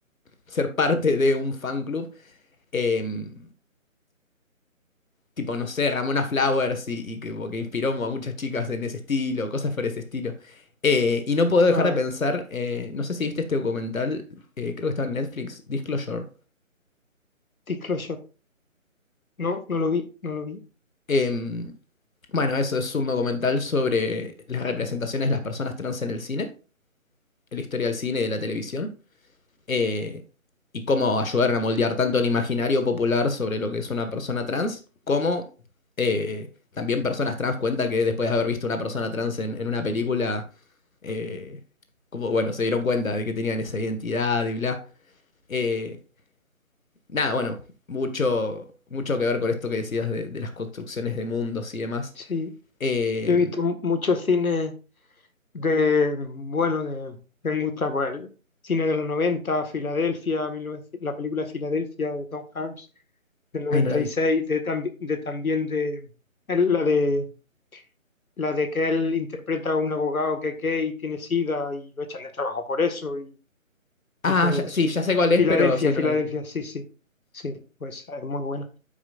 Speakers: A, on the left (about 75°); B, on the left (about 85°).
A: ser parte de un fan club, em, tipo, no sé, Ramona Flowers y, y que, como que inspiró a muchas chicas en ese estilo, cosas por ese estilo. Eh, y no puedo dejar
B: Claro,
A: de pensar, eh, no sé si viste este documental, eh, creo que estaba en Netflix, Disclosure.
B: Disclosure. No, no lo vi, no lo vi.
A: Em, bueno, eso es un documental sobre las representaciones de las personas trans en el cine, en la historia del cine y de la televisión. eh, y cómo ayudaron a moldear tanto el imaginario popular sobre lo que es una persona trans, como eh, también personas trans cuenta que después de haber visto una persona trans en, en una película, eh, como, bueno, se dieron cuenta de que tenían esa identidad y bla. Eh, nada, bueno, mucho, mucho que ver con esto que decías de, de las construcciones de mundos y demás.
B: Sí,
A: Eh,
B: yo he visto mu- muchos cines de, bueno, de, de mucha, pues, el cine de los 90 Filadelfia, 1900 la película de Filadelfia de Tom Hanks, del noventa
A: ay, no la vi.
B: y seis de, tambi- de también de, es la de, la de que él interpreta a un abogado que es gay, tiene sida y lo echan del trabajo por eso y,
A: Ah,
B: y todo
A: ya-
B: eso.
A: sí, ya sé cuál es,
B: Filadelfia,
A: pero sí,
B: Filadelfia,
A: no la vi.
B: sí, sí, sí, pues es muy buena.